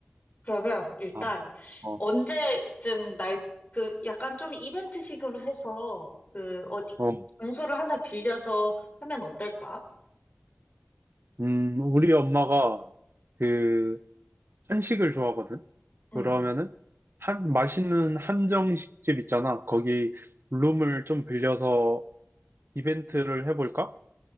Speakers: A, on the left (about 40°); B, on the right (about 65°).
A: 그러면 일단
B: 아, 어,
A: 언제쯤 날, 그 약간 좀 이벤트식으로 해서 그 어디
B: 어,
A: 장소를 하나 빌려서 하면 어떨까?
B: 음 우리 엄마가 그 한식을 좋아하거든?
A: 응.
B: 그러면은, 한, 맛있는 한정식집 있잖아. 거기 룸을 좀 빌려서 이벤트를 해볼까?